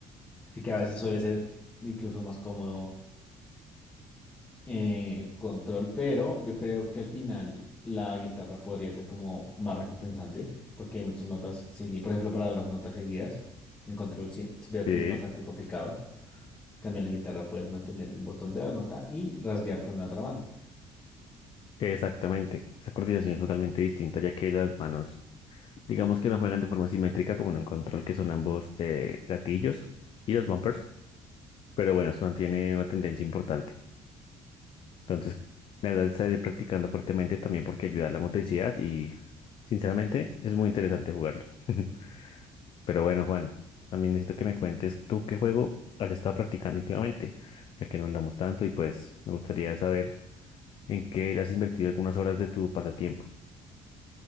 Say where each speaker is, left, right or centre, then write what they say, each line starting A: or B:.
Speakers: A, on the left; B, on the left.
A: Así que a veces suele ser incluso más cómodo eh, el control, pero yo creo que al final la guitarra podría ser como más recompensante, porque hay muchas notas seguidas. Por ejemplo, para las notas seguidas, el control sí- veo
B: Sí,
A: que es bastante complicado. En cambio, en la guitarra puedes mantener el botón de la nota y rasguear con la otra mano.
B: exactamente, esa coordinación es totalmente distinta ya que las manos, digamos que no juegan de forma simétrica como en un control que son ambos eh, gatillos y los bumpers pero bueno, se mantiene una tendencia importante. Entonces, la verdad, estaré practicando fuertemente también porque ayuda a la motricidad y, sinceramente, es muy interesante jugarlo. <laughs> Pero bueno, Juan, también necesito que me cuentes tú qué juego has estado practicando últimamente, ya que nos hablamos tanto y pues me gustaría saber en qué le has invertido algunas horas de tu pasatiempo.